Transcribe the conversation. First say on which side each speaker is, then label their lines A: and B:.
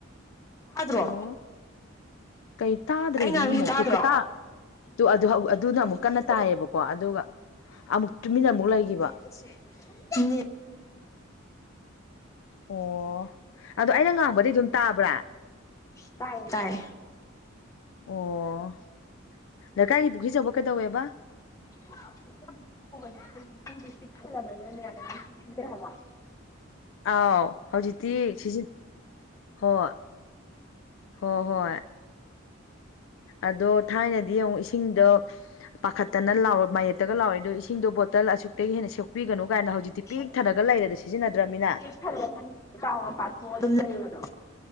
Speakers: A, on the left; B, on the left.
A: ꯇꯥꯗ꯭ꯔꯣ
B: ꯍꯜꯂꯣ ꯀꯩ ꯇꯥꯗ꯭ꯔꯦꯃꯤ
A: ꯑꯩ ꯉꯥꯡꯉꯤꯁꯤ
B: ꯑꯃꯨꯛꯇꯨ
A: ꯇꯥꯗ꯭ꯔꯣ
B: <unintelligible> <unintelligible> ꯑꯗꯨꯅ ꯑꯃꯨꯛ
A: ꯅꯦꯠ
B: ꯀꯟꯅ ꯇꯥꯏꯌꯦꯕꯀꯣ ꯑꯗꯨꯒ ꯑꯃꯨꯛ ꯇꯨꯃꯤꯟꯅ ꯑꯃꯨꯛ ꯂꯩꯈꯤꯕ
A: ꯅꯤ
B: ꯑꯣ ꯑꯗꯣ ꯑꯩꯅ ꯉꯥꯡꯕꯗꯤ ꯑꯗꯨꯝ ꯇꯥꯕ꯭ꯔꯥ
A: ꯇꯥꯏ ꯇꯥꯏ
B: ꯑꯣ ꯂꯩꯀꯥꯏꯒꯤ ꯄꯨꯈ꯭ꯖꯕ ꯀꯩꯗꯧꯋꯦꯕ
A: <unintelligible>
B: ꯑꯥꯎ ꯍꯧꯖꯤꯛꯇꯤ ꯁꯤꯖꯤ ꯍꯣꯏ ꯍꯣꯏ ꯍꯣꯏ ꯑꯗꯣ ꯊꯥꯏꯅꯗꯤ ꯑꯃꯨꯛ ꯏꯁꯤꯡꯗꯣ ꯄꯥꯈꯠꯇꯅ ꯂꯥꯎꯔ ꯃꯌꯦꯞꯇꯒ ꯂꯥꯎꯔꯦꯗꯣ ꯏꯁꯤꯡꯗꯣ ꯕꯣꯇꯜ ꯑꯁꯨꯛꯇꯒꯤ ꯍꯦꯟꯅ ꯁꯣꯛꯄꯤꯒꯅꯨ ꯀꯥꯏꯅ ꯍꯧꯖꯤꯛꯇꯤ ꯄꯤꯛ
A: ꯑꯣ
B: ꯊꯅꯒ ꯂꯩꯔꯦꯗ ꯁꯤꯖꯤꯟꯅꯗ꯭ꯔꯃꯤꯅ
A: ꯊꯜꯂꯒ ꯆꯥꯎ ꯄꯥꯊꯣꯛ ꯑꯗꯨꯝ ꯂꯩꯕꯗꯣ